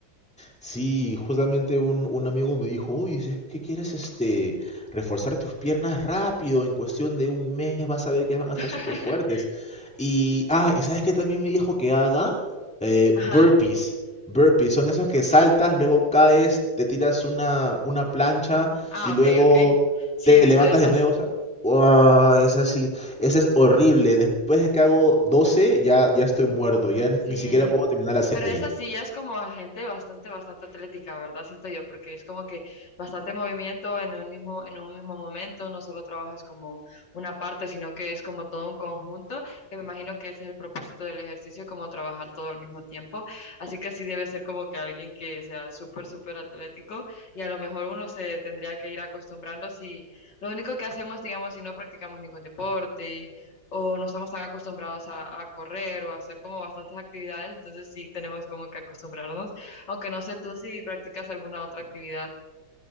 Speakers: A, in the centre; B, on the left (about 65°).
A: Sí, justamente un, un amigo me dijo, oye, si es que quieres este, reforzar tus piernas rápido, en cuestión de un mes vas a ver que van a estar
B: <laughs>
A: súper fuertes. Y, ah, y sabes que también me dijo que haga Eh,
B: Ajá.
A: burpees. Burpees son esos que saltas, luego caes, te tiras una, una plancha
B: Ah,
A: y
B: ok,
A: luego
B: ok. Sí,
A: te
B: he visto
A: levantas
B: esas.
A: de nuevo. O sea, ¡guau! es así, ese es horrible. Después de que hago 12, ya, ya estoy muerto, ya
B: Sí,
A: ni siquiera puedo terminar la serie.
B: pero esa sí ya es como gente bastante, bastante atlética, ¿verdad? Siento yo, porque es como que bastante movimiento en un mismo, en un mismo momento, no solo trabajas como una parte, sino que es como todo un conjunto, que me imagino que ese es el propósito del ejercicio, como trabajar todo al mismo tiempo. Así que sí debe ser como que alguien que sea súper, súper atlético y a lo mejor uno se tendría que ir acostumbrando si lo único que hacemos, digamos, si no practicamos ningún deporte o no estamos tan acostumbrados a, a correr o a hacer como bastantes actividades, entonces sí tenemos como que acostumbrarnos, aunque no sé tú si practicas alguna otra actividad.